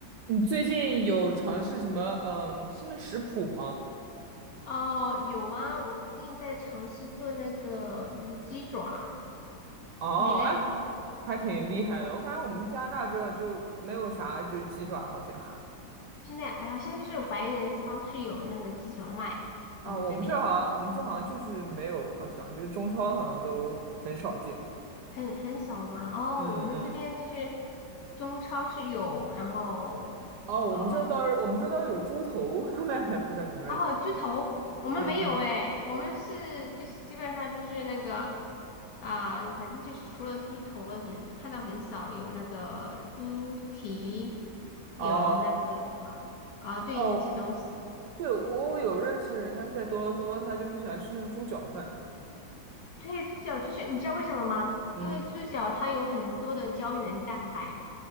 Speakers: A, on the right; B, on the left.
A: 你最近有尝试什么嗯新的食谱吗？
B: 哦，有啊，我最近在尝试做那个就是鸡爪，
A: 哦，
B: 你嘞？
A: 哎，还挺厉害的。我感觉我们加拿大这就没有啥，就鸡爪好像
B: 现在好像就是白人超市有那个鸡爪卖，
A: <laughs> 啊，
B: 我们这边
A: 我们这好像我们这好像就是没有，好像就是中超好像都很少见。
B: 很很少嘛。哦，
A: 嗯嗯，
B: 我们这边就是中超是有，然后。
A: 哦，我们这倒是我们这倒是有猪头，
B: 哦。
A: <laughs> 卖，不知道你们那儿有没有？
B: 哦，猪头，我们没有哎，
A: 嗯嗯，
B: 我们是就是基本上就是那个啊、反正就是除了猪头很看到很少，有那个猪蹄，
A: 哦
B: 有那个啊啊、对那些东西。
A: 哦，对，我我有认识人，他在多伦多，他就很喜欢吃那个猪脚饭。
B: 对，猪脚就是你知道为什么吗？
A: 嗯。
B: 因为猪脚它有很多的胶原蛋白，